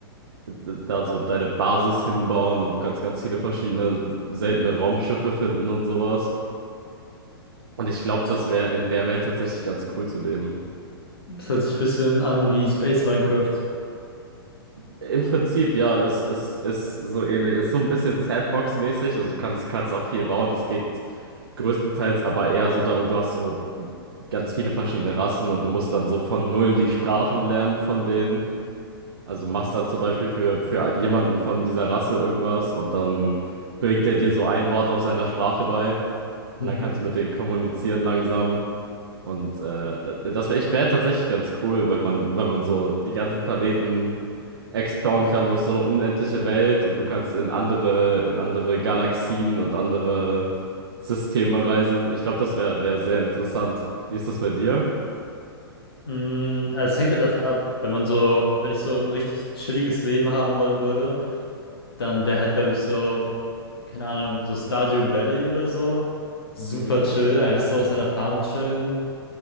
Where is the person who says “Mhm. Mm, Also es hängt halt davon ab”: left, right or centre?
Left